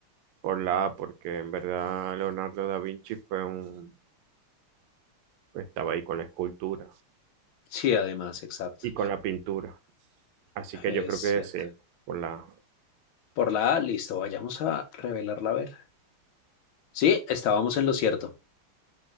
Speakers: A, on the right; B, on the left.
A: por la, A, porque en verdad Leonardo da Vinci fue un, estaba ahí con la escultura.
B: Sí, además, exacto.
A: y con la pintura. Así que
B: Es
A: yo creo
B: cierto.
A: que sí, por la...
B: Por la A, listo, vayamos a revelarla a ver. Sí, estábamos en lo cierto.